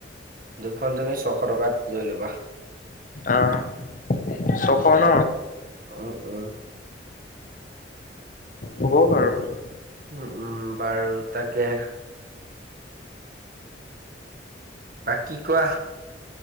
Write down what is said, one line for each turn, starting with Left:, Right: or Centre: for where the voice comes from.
Right: দুখন তুমি ছশ টকাত লৈ ল'বা।
Left: আহ
Right: উম
Left: ছশ
Right: উম
Left: ন।
Right: হ'ব উম উম
Left: হ'ব বাৰু।
Right: উম উম বাৰু তাকে। বাকী কোৱা?